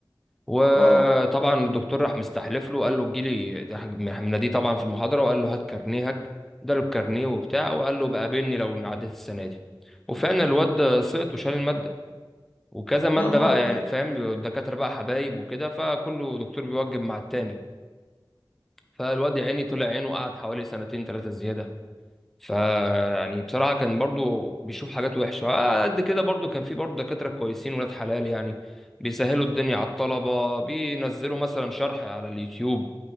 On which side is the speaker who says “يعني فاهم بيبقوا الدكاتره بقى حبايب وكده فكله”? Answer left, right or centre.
Centre